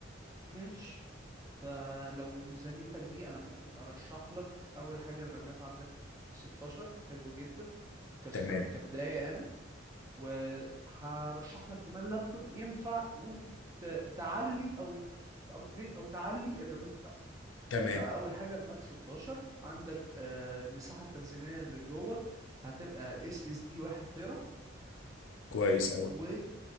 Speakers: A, on the right (about 15°); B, on the left (about 85°).
A: ماشي فلو ميزانيتك دي انا ممكن ارشح لك اول حاجة الرامات عندك 16 حلو جدا كست...
B: تمام
A: كبداية يعني وهرشح لك كمان لابتوب ينفع تقوم ت... تعلي او ابجريد او تعلي الرامات
B: تمام
A: فاول حاجه رامات 16 عندك آه، المساحه التخزينيه اللي جوه هتبقى اس اس دي 1 تيرا
B: كويس اوي
A: و